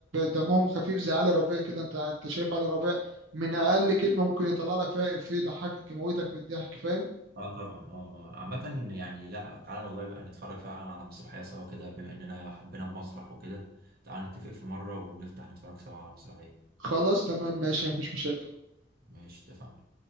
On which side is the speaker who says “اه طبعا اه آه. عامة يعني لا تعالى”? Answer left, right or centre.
Right